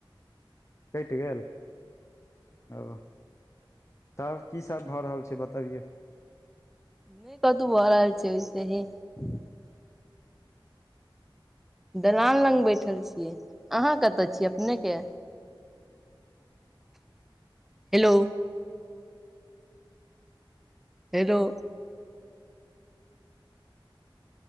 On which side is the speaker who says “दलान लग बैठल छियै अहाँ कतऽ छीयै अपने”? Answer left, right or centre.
Centre